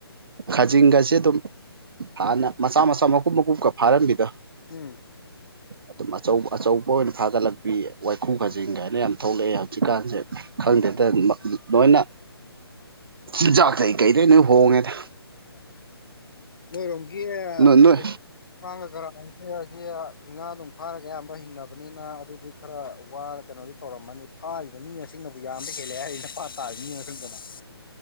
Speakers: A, on the right; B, on the left.
A: ꯈꯥꯖꯤꯡꯒꯁꯦ ꯑꯗꯨꯝ ꯍꯥꯟꯅ ꯃꯆꯥ ꯃꯆꯥ ꯃꯀꯨꯞ ꯃꯀꯨꯞꯀ ꯐꯥꯔꯝꯕꯤꯗꯣ
B: ꯎꯝ
A: ꯑꯗꯨꯝ ꯑꯆꯧꯕ ꯑꯆꯧꯕ ꯑꯣꯏꯅ ꯐꯥꯒꯠꯂꯛꯄꯤ ꯋꯥꯏꯈꯨ
B: ꯎꯝ
A: ꯈꯥꯖꯤꯡ ꯒꯥꯏꯅ ꯌꯥꯝ ꯊꯣꯛꯂꯛꯑꯦ ꯍꯧꯖꯤꯛꯀꯥꯟꯖꯦ ꯈꯪꯗꯦꯗ
B: ꯑꯣ
A: ꯃ ꯃꯣꯏꯅ ꯆꯤꯟꯖꯥꯛꯇꯩ ꯀꯩꯗꯩ ꯂꯣꯏ ꯍꯣꯡꯉꯦꯗ
B: ꯀꯅꯥ ꯀꯅꯥ ꯆꯠꯂꯤ ꯅꯣꯏꯔꯣꯝꯒꯤ ꯑꯩ
A: ꯅꯣꯏ ꯅꯣꯏ
B: ꯊꯥꯡꯒ ꯀꯔꯥꯡ ꯈꯔꯗꯤ ꯉꯥ ꯅꯨꯡ ꯐꯥꯔꯒ ꯑꯌꯥꯝꯕ ꯍꯤꯡꯅꯕꯅꯤꯅ ꯑꯗꯨꯗꯤ ꯈꯔ ꯋꯥꯔ ꯀꯩꯅꯣꯗꯨ ꯇꯧꯔꯝꯃꯅꯤ ꯐꯥꯔꯤꯕ ꯃꯤ ꯃꯁꯤꯡꯅꯕꯨ ꯌꯥꯝꯕ ꯍꯦꯜꯂꯦ ꯍꯥꯏꯔꯤꯅ ꯄꯥꯠ ꯇꯥꯔꯤꯕ ꯃꯤ ꯃꯁꯤꯡꯗꯨꯅ